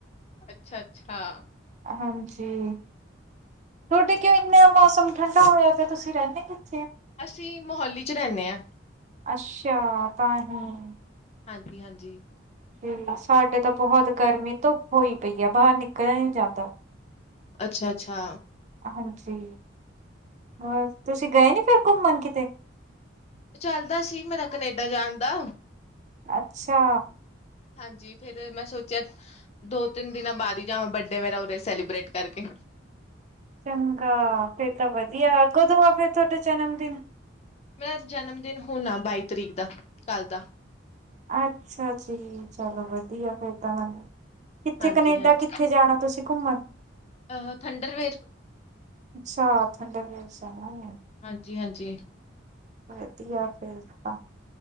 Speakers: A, on the left (about 35°); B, on the right (about 35°).
A: ਅੱਛਾ-ਅੱਛਾ
B: ਹਾਂਜੀ ਤੁਹਾਡੇ ਕਿਉ ਇੰਨੇ ਮੌਸਮ ਠੰਡਾ ਹੋਇਆ ਪਿਆ ਤੇ ਤੁਸੀਂ ਰਹਿੰਦੇ ਕਿਵੇਂ ਓ
A: ਅਸੀਂ ਮੋਹਾਲੀ ਚ ਰਹਿੰਦੇ ਹਾਂ
B: ਅੱਛਾ ਤਾਂਹੀ
A: ਹਾਂਜੀ-ਹਾਂਜੀ
B: ਹ ਸਾਡੇ ਤਾਂ ਬਹੁਤ ਗਰਮੀ ਧੁੱਪ ਹੋਈ ਪਈ ਆ ਬਾਹਰ ਨਿਕਲ ਨ <unintelligible> ਜਾਂਦਾ
A: ਅੱਛਾ-ਅੱਛਾ
B: ਹਾਂਜੀ ਹੋਰ ਤੁਸੀਂ ਗਏ ਨੀ ਫਿਰ ਘੁੰਮਣ ਕਿਤੇ
A: ਚੱਲਦਾ ਸੀ ਮੇਰਾ ਕਨੇਡਾ ਜਾਣ ਦਾ
B: ਅੱਛਾ
A: ਹਾਂਜੀ ਫੇਿਰ ਮੈਂ ਸੋਚਿਆ ਦੋ ਤਿੰਨ ਦਿਨਾਂ ਬਾਅਦ ਹੀ ਜਾਵਾਂ ਬਡੇ ਮੇਰਾ ਉਰੇ ਸੈਲੀਬ੍ਰੇਟ ਕਰਕੇ
B: ਚੰਗਾ ਫੇਰ ਤਾਂ ਵਧੀਆ ਕਦੋਂ ਆ ਫੇਿਰ ਤੁਹਾਡਾ ਜਨਮ ਦਿਨ
A: ਮੇਰਾ ਜਨਮ ਦਿਨ ਹੁਣਾ ਬਾਈ ਤਰੀਕ ਦਾ ਕੱਲ ਦਾ
B: ਅੱਛਾ ਜੀ ਚਲੋ ਵਧੀਆ ਫਿਰ ਤਾਂ ਮੈਨੂੰ ਕਿੱਥੇ
A: ਹਾਂਜੀ
B: ਕਨੇਡਾ
A: ਹਾਂਜੀ
B: ਕਿੱਥੇ ਜਾਣਾ ਤੁਸੀਂ ਘੁੰਮਣ
A: ਅਹ ਥੰਡਰਵੇਰ
B: ਅੱਛਾ ਠੰਡੇ ਦੇਸ ਵਾਓ
A: ਹਾਂਜੀ-ਹਾਂਜੀ
B: ਵਧੀਆ ਫਿਰ ਤਾਂ